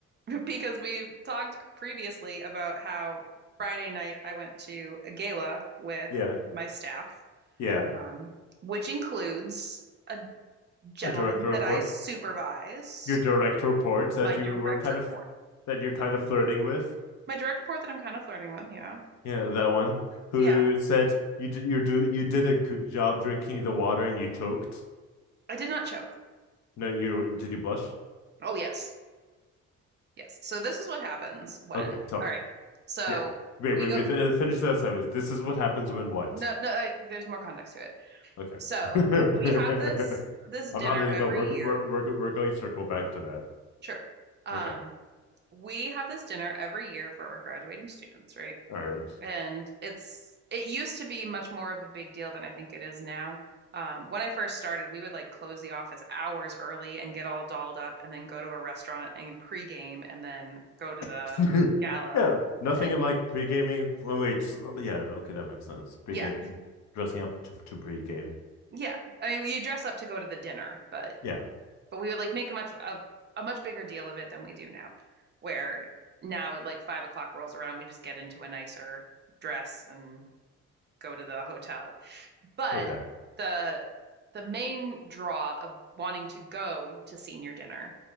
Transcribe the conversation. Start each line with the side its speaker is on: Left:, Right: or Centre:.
Right: <laughs> because we've talked previously about how Friday night I went to a gala with
Left: Yeah.
Right: my staff,
Left: Yeah.
Right: um, which includes a gentleman
Left: A direct report.
Right: that I supervise,
Left: Your direct report that
Right: my direct
Left: you were kind
Right: report,
Left: of that you're kind of flirting with.
Right: my direct report that I'm kind of flirting with. Yeah.
Left: Yeah, that one who
Right: Yeah.
Left: said you did you do you did a good job drinking the water and you choked.
Right: I did not choke.
Left: No, you did you blush?
Right: Oh, yes. Yes. So, this is what happens when,
Left: Okay, tell
Right: all
Left: me.
Right: right. So,
Left: Yeah. Wait,
Right: we
Left: wait,
Right: go,
Left: wait. th- Finish that sentence. This is what happens when what?
Right: no, no, I, there's more context to it.
Left: Okay.
Right: So
Left: <laughs>
Right: we have this this
Left: I'm
Right: dinner
Left: not letting
Right: every
Left: go. We're
Right: year.
Left: we're we're, we're going to circle back to that.
Right: Sure. Um,
Left: Okay.
Right: we have this dinner every year for our graduating students, right?
Left: All right.
Right: And it's it used to be much more of a big deal than I think it is now. Um, when I first started, we would like close the office hours early and get all dolled up and then go to a restaurant and pregame and then go to the
Left: <laughs>
Right: gala
Left: yeah. Nothing
Right: and
Left: like pre-gaming. oh, Wait. s- Yeah. Okay, that makes sense. Pre-game,
Right: yeah,
Left: dressing up to to pre-game.
Right: yeah. I mean, you dress up to go to the dinner, but
Left: Yeah.
Right: But we would like make a much a, a much bigger deal of it than we do now, where now at like five o'clock rolls around, we just get into a nicer dress and go to the hotel. But
Left: Okay.
Right: the the main draw of wanting to go to senior dinner